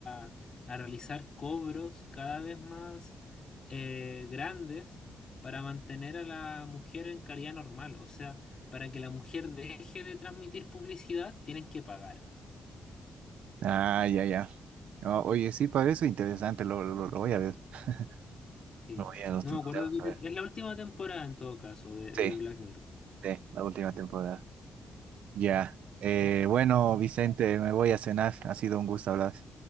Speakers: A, on the left; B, on the right.
A: a, a realizar cobros cada vez más eh, grandes para mantener a la mujer en calidad normal. O sea, para que la mujer deje de transmitir publicidad, tienen que pagar.
B: Ah, ya, ya. O- oye, sí, parece interesante, lo, lo, lo voy a ver. <laughs>
A: Sí.
B: Lo voy a, lo
A: No
B: tengo
A: me acuerdo,
B: que ver.
A: qué- es la última temporada en todo caso de, de
B: Sí,
A: Black Mirror.
B: sí, la última temporada. Ya. Eh, bueno, Vicente, me voy a cenar. Ha sido un gusto hablar